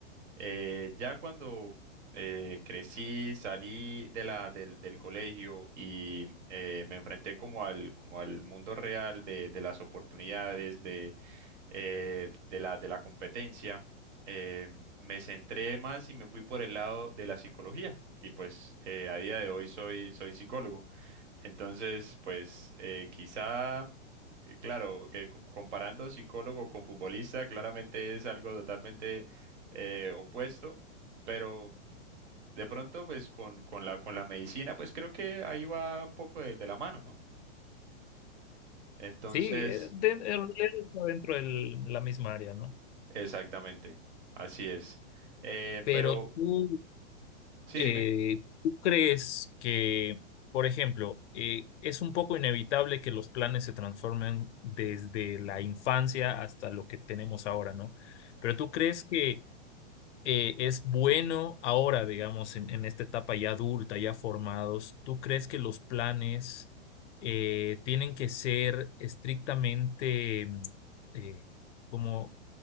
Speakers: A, on the right; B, on the left.
A: Eh, ya cuando eh, crecí, salí de la, del, del colegio y eh, me enfrenté como al, como al mundo real de, de las oportunidades, de, eh, de la, de la competencia. eh, me centré más y me fui por el lado de la psicología. Y pues eh, a día de hoy soy, soy psicólogo. Entonces, pues eh, quizá, eh, claro, que co- comparando psicólogo con futbolista, claramente es algo totalmente eh, opuesto, pero de pronto, pues con, con la, con la medicina, pues creo que ahí va un poco de, de la mano, ¿no? Entonces,
B: Sí, eh, de- en realidad está dentro de la misma área, ¿no?
A: exactamente, así es. Eh,
B: Pero
A: pero,
B: tú,
A: sí,
B: eh,
A: dime.
B: ¿tú crees que, por ejemplo, eh, es un poco inevitable que los planes se transformen desde la infancia hasta lo que tenemos ahora, ¿no? Pero tú crees que eh, es bueno ahora, digamos, en, en esta etapa ya adulta, ya formados, ¿tú crees que los planes eh, tienen que ser estrictamente, mm, eh, como,